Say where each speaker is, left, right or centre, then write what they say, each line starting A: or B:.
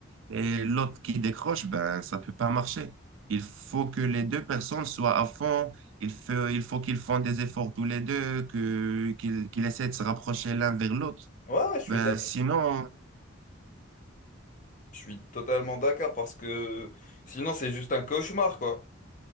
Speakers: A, on the right; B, on the left.
A: et l'autre qui décroche, ben, ça peut pas marcher. Il faut que les deux personnes soient à fond. Il faut, il faut qu'ils font des efforts tous les deux, que, qu'ils, qu'ils essaient de se rapprocher l'un vers l'autre.
B: Ouais, ouais, je suis
A: Ben,
B: d'ac-
A: sinon,
B: je suis totalement d'accord parce que sinon, c'est juste un cauchemar, quoi.